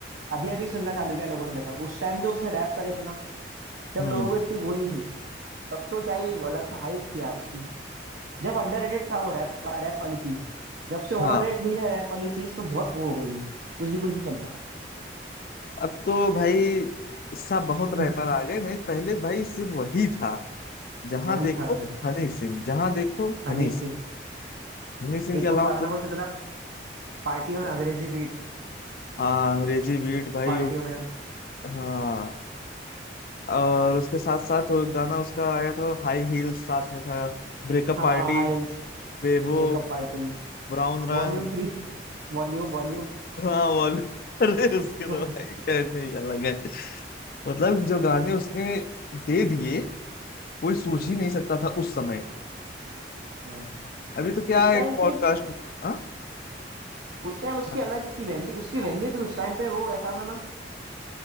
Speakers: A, on the right; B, on the left.
A: अभी अभी सुनना चालू किया लोगों ने रैपर उस टाइम जो उसने रैप करे थे ना जब
B: हम्म
A: लोगों को इतनी वो नहीं थी तब तो क्या ही वो अलग था हाइप थी यार उसकी जब अंडररेटेड था वो रैप रैप वाली चीज जब से ओवररेट
B: हाँ
A: हुई ना रैप वाली चीज तो बहुत वो हो गई है कुछ भी कुछ भी चलता
B: अब तो भाई सब बहुत
A: <laughs>
B: रैपर आ गए नहीं पहले भाई सिर्फ वही था जहाँ
A: वही
B: देखो
A: था सर
B: हनी सिंह जहाँ देखो
A: हनी
B: हनी
A: सिंह
B: सिंह हनी सिंह
A: एक
B: के अलावा
A: वो गाना
B: कोई-
A: बहुत चलता था पार्टियों में अंग्रेजी बीट
B: हाँ अंग्रेजी बीट भाई
A: पार्टियों में
B: हाँ और उसके साथ साथ वो गाना उसका आया था हाई हील्स साथ में था Breakup
A: हाँ
B: party
A: हाँ
B: बेबो
A: Makeup party
B: ब्राउन रंग
A: Volume three Volume volume
B: <laughs> हाँ वाल अरे उसके
A: <laughs>
B: तो भाई कहने ही अलग है मतलब जो गाने उसने दे दिए कोई सोच
A: हम्म,
B: ही नहीं सकता था उस समय
A: हाँ।
B: अभी तो क्या
A: उस
B: है,
A: टाइम
B: एक पॉडकास्ट
A: की
B: हाँ
A: उस टाइम उसकी
B: हाँ
A: अलग की वैल्यू उसकी वैल्यू थी उस टाइम पे वो ऐसा था ना